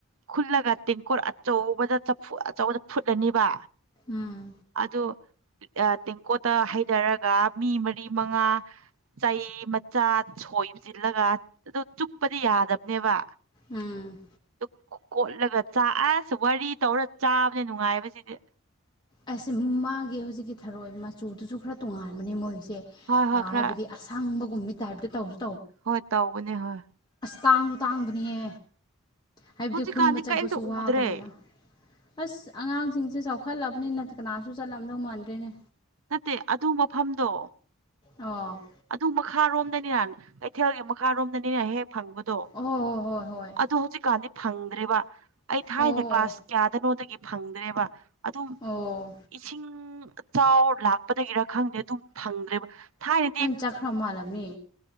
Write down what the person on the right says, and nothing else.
ꯈꯨꯜꯂꯒ ꯇꯦꯡꯀꯣꯠ ꯑꯆꯧꯕꯗ ꯆꯐꯨ ꯑꯆꯧꯕꯗ ꯐꯨꯠꯂꯅꯤꯕ
ꯑꯗꯨ ꯇꯦꯡꯀꯣꯠꯇ ꯍꯩꯊꯔꯒ ꯃꯤ ꯃꯔꯤ ꯃꯉꯥ ꯆꯩ ꯃꯆꯥ ꯁꯣꯏꯕ ꯆꯜꯂꯒ ꯑꯗꯨ ꯆꯨꯞꯄꯗꯤ ꯌꯥꯗꯕꯅꯦꯕ
ꯑꯗꯨ ꯀꯣꯠꯂꯒ ꯆꯥꯛ ꯑꯁ ꯋꯥꯔꯤ ꯇꯧꯔ ꯆꯥꯕꯅꯦ ꯅꯨꯡꯉꯥꯏꯕꯁꯤꯗꯤ
ꯍꯣꯏ ꯍꯣꯏ
ꯈꯔ
ꯍꯣꯏ ꯇꯧꯕꯅꯦ ꯍꯣꯏ
ꯍꯧꯖꯤꯛꯀꯥꯟꯗꯤ
ꯀꯔꯤꯝꯇ
ꯎꯗ꯭ꯔꯦ
ꯅꯠꯇꯦ ꯑꯗꯨ ꯃꯐꯝꯗꯣ
ꯑꯗꯨ ꯃꯈꯥꯔꯣꯝꯗꯅꯤꯅ ꯀꯩꯊꯦꯜꯒꯤ ꯃꯈꯥꯔꯣꯝꯗꯅꯤꯅ ꯍꯦꯛ ꯐꯪꯕꯗꯣ
ꯑꯗꯨ ꯍꯧꯖꯤꯛꯀꯥꯟꯗꯤ ꯐꯪꯗ꯭ꯔꯦꯕ ꯑꯩ ꯊꯥꯏꯅ
ꯀ꯭ꯂꯥꯁ ꯀꯌꯥꯗꯅꯣꯗꯒꯤ ꯐꯪꯗ꯭ꯔꯦꯕ ꯑꯗꯨꯝ
ꯏꯁꯤꯡ ꯆꯥꯎꯔ ꯂꯥꯛꯄꯗꯒꯤꯔ ꯈꯪꯗꯦ ꯑꯗꯨꯝ ꯐꯪꯗ꯭ꯔꯦꯕ ꯊꯥꯏꯅ